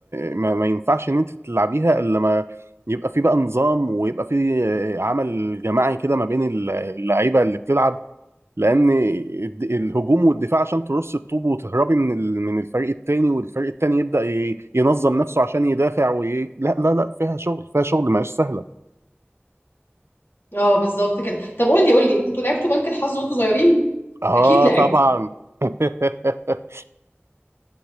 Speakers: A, on the right (about 75°); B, on the left (about 60°).
A: ما, ما ينفعش إن أنت تلعبيها إلا ما يبقى في بقى نظام ويبقى في عمل جماعي كده ما بين اللعيبة اللي بتلعب لأن الد- الهجوم والدفاع عشان ترص الطوب وتهربي من ال- من الفريق التاني والفريق التاني يبدأ ي- ينظم نفسه عشان يدافع وي... لا لا لا فيها شغل فيها شغل ما هيش سهلة
B: اه بالظبط كده طب قول لي قول لي انتوا لعبتوا بنك الحظ وانتوا صغيرين
A: اه
B: اكيد لعبتوا
A: طبعا <laughs>